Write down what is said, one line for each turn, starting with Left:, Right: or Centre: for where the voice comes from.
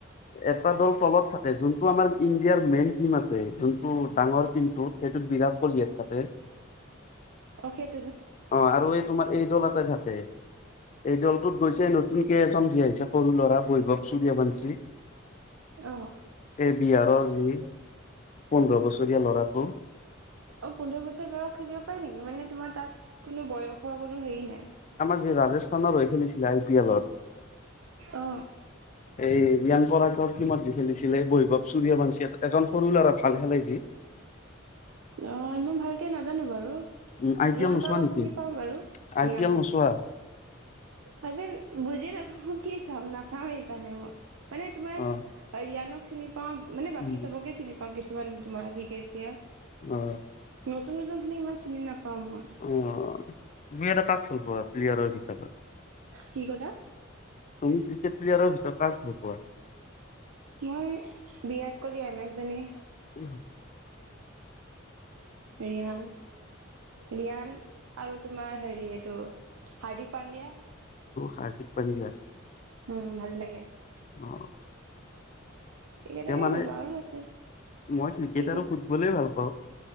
Left: এটা দল তলত থাকে যোনটো আমাৰ ইণ্ডিয়াৰ মেইন টীম আছে যোনটো ডাঙৰ টীমটোত সেইটোত বিৰাট কোহলিয়ে থাকে।
Right: অশেক
Left: অ আৰু এই তোমাৰ এই দলতে থাকে। এই দলটোত গৈছে নতুনকে এজন যি আহিছে সৰু ল'ৰা বৈভৱ চুুৰয়া বংঞ্চী
Right: অ',
Left: এই বিহাৰৰ যি পোন্ধৰ বছৰীয়া ল'ৰাটো
Right: অ পোন্ধৰ বছৰ লৰা খেলিব পাৰে নেকি মানে তোমাৰ তাত কোনো বয়স হোৱা কোনো হেৰি নাই।
Left: আজি ৰাজস্থানত হৈ খেলিছিলে। পিয়লত
Right: অ
Left: এই। ৰিয়ান পৰাগৰ টীমত যি খেলিছিলে বৈভৱ চুুৰীয়া বঞ্চী এজন সৰু ল'ৰা ভাল খেলে যি।
Right: অ ইমান ভালকে নাজানো বাৰু।
Left: উম আই পি
Right: ৰিয়ান
Left: এল নোচোৱা
Right: পৰাগক
Left: নেকি
Right: চিনি পাও বাৰু
Left: আই
Right: ৰিয়ানক।
Left: পি এল নোচোৱা
Right: আই পি এল বুজি নাপাওঁ কি চাম না চাও সেইকাৰণে মই মানে তোমাৰ আ
Left: অ
Right: ৰিয়ানক চিনি পাও মানে বাকী
Left: উম,
Right: চবকে চিনি পাও কিছু <unintelligible>
Left: অ
Right: নতুন নতুন খিনি ইমান চিনি নাপাওঁ মই
Left: অ তুমি এটা কাক ভাল পোৱা প্লেয়াৰৰ ভিতৰত।
Right: কি কলা?
Left: তুমি ক্ৰিকেট প্লেয়াৰৰ ভিতৰত কাক ভাল পোৱা?
Right: মই বিৰাট কোহলি এম এছ ধনী।
Left: উম।
Right: ৰিয়ান ৰিয়ান আৰু তোমাৰ হেৰি এইটো। হাৰদিক পাণ্ডয়া।
Left: হাৰ্দিক পাণ্ডিয়া
Right: উম ভাল লাগে।
Left: অ
Right: এইকেটাকে
Left: তেওঁ মানে
Right: ভাল পাওঁ আৰু আছে।
Left: মই ক্ৰিকেট
Right: কি কয়
Left: আৰু ফুটবলে। অলপ।